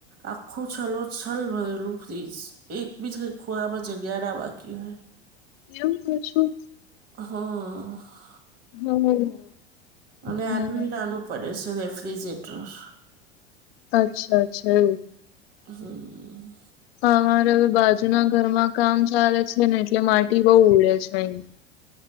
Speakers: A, on the right; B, on the left.
A: આખું છલો છલ ભરેલું પ્લીઝ એક બીજઈ ખોરામાં જગ્યા ના બાકી હોય.
B: એવું ક છું.
A: હા.
B: <unintelligible>
A: અને
B: બરાબર
A: આમ નાનું પડે છે રેફ્રિજરેટર.
B: અચ્છા અચ્છા એવ.
A: હમ્મ.
B: હા અમારે હવે બાજુના ઘરમાં કામ ચાલે છે ને એટલે માટી બઉ ઉડે છે અહી.